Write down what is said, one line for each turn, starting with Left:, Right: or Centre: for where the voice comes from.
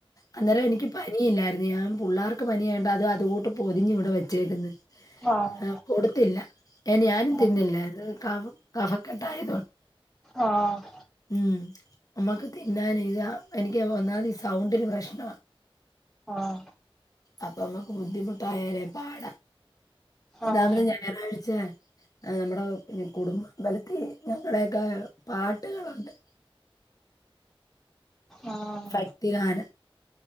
Left: അന്നേരം എനിക്ക് പനിയില്ലായി ഞാൻ പുള്ളാർക്ക് പനിയായോണ്ട് അത് അതുകൂട്ട് പൊതിഞ്ഞ് ഇവിടെ വെച്ചേക്ക്ന്ന്
Centre: ആഹ്
Left: ആ കൊടുത്തില്ല ഞാനും
Centre: ആഹ്
Left: തിന്നില്ലാരുന്ന്‌ കഫ് കഫകെട്ടായത് കൊണ്ട്
Centre: ആഹ്
Left: ഉം നമ്മക്ക് തിന്നാനെ അ എനിക്ക് ഒന്നാമത് ഈ സൗണ്ടിന് പ്രശ്നമുണ്ട്
Centre: ഉം
Left: അപ്പമ്മക്ക് ബുദ്ധിമുട്ടയാലേ പാട ഒന്നാമത്തെ
Centre: ആഹ്
Left: ഞാറ പച്ചേ നമ്മുടെ കുടുംബബലത്തി ഞങ്ങടെയൊക്കെ പാട്ടുകളുണ്ട്
Centre: ആഹ്
Left: ഭക്തിഗാനം